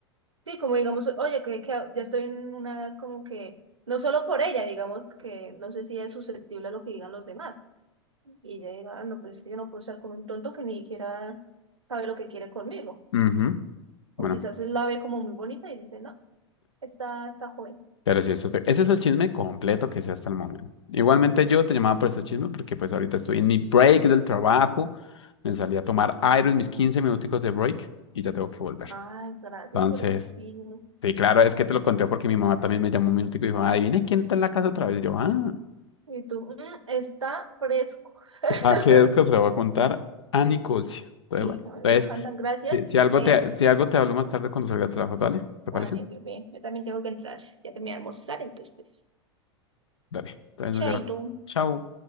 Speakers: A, on the right (about 80°); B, on the left (about 70°).
A: sí, como digamos, oye, que, que ya estoy en una edad como que, no solo por ella, digamos, porque no sé si es susceptible a lo que digan los demás, y ella diga, "Ah, no, pues es que yo no puedo estar con un tonto que ni siquiera sabe lo que quiere conmigo,
B: Ujú,
A: o
B: Bueno.
A: quizás él la ve como muy bonita y dice, no. Está, está joven.
B: Pero sí, eso fue- ese es el chisme completo que sé hasta el momento. Igualmente yo te llamaba por este chisme porque pues ahorita estoy en mi break del trabajo. Me salí a tomar aire en mis 15 minuticos de break y ya tengo que volver.
A: Ay, gracias
B: Entonces,
A: por el film.
B: sí, claro, es que te lo conté porque mi mamá también me llamó un minutico y dijo, adivina quién está en la casa otra vez. Y yo, ah,
A: Y tú, mm, está fresco. <laughs>
B: a Federico se lo voy a contar a Nicolcia. Entonces,
A: Sí,
B: bueno,
A: a mí
B: entonces,
A: me encantan, gracias.
B: si, si algo
A: Eh,
B: te, si algo te hablo más tarde cuando salga del trabajo, dale,
A: vale,
B: ¿te parece?
A: bebé, yo también tengo que entrar. Ya terminé de almorzar, entonces, pues,
B: Dale, entonces nos
A: chaito.
B: llamamos. Chao.